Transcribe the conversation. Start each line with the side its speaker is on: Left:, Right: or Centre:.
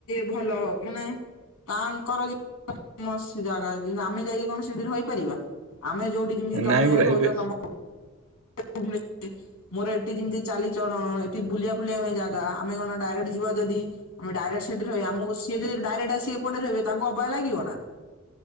Left: ଭଲ ମାନେ ତାଙ୍କର ମସ୍ତ ଜାଗା ଅଛି ଯେ ଆମେ ଯାଇକି କଣ ସେଠି ରହିପାରିବା ଆମେ ଯୋଉଠି ଯେମିତି ତମେ
Right: ନାଇଁ ପରା
Left: ହଉଛ
Right: ଏବେ
Left: ତମ <unintelligible> ମୋର ଏଠି ଯେମିତି ଚାଲି ଚଳନ ଏଠି ବୁଲିବା ଫୁଲିବା ପାଇଁ ଜାଗା ଆମେ କଣ ଡାଇରେକ୍ଟ ଯିବା ଯଦି ଆମେ ଡାଇକ୍ଟ ସେଠି ରହିବା ଆମକୁ ସିଏ ଯଦି ଡାଇରେକକ୍ଟ ଆସି ଏପଟେ ରହିବେ ତାଙ୍କୁ ଅବାଗ୍ୟ ଲାଗିବ ନା।